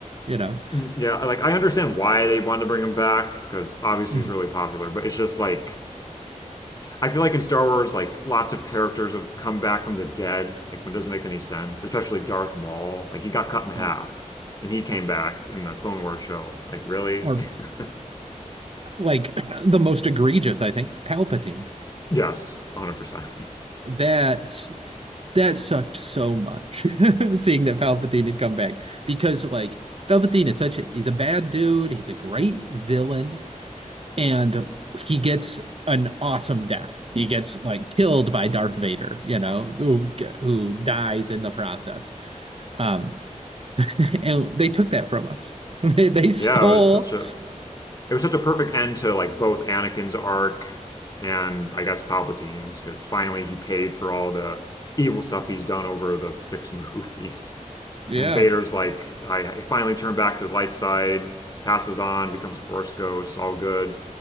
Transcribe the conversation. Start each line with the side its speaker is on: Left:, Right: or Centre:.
Right: You know,
Left: Mm, Yeah, like I understand why they wanted to bring him back because obviously
Right: Mhm.
Left: he's really popular, but it's just like I feel like in Star Wars, like lots of characters have come back from the dead. Like it doesn't make any sense, especially Darth Maul. Like he got cut in half
Right: or
Left: and he came
Right: or,
Left: back in the Clone Wars show. Like really?
Right: or
Left: <laughs>
Right: like <laughs> the most egregious, I think, Palpatine.
Left: Yes, 100%.
Right: That that sucked so much <laughs> seeing that Palpatine had come back because like Palpatine is such a he's a bad dude, he's a great villain, and he gets an awesome death. He gets like killed by Darth Vader, you know, who who dies in the process. Um <laughs> and they took that from us. <laughs> they, they stole
Left: Yeah, it was such a It was such a perfect end to like both Anakin's arc and I guess Palpatine's because finally he paid for all the evil stuff he's done over the six <laughs> movies.
Right: yeah.
Left: And Vader's like, I, I finally turned back to the light side, passes on, becomes a Force ghost, all good.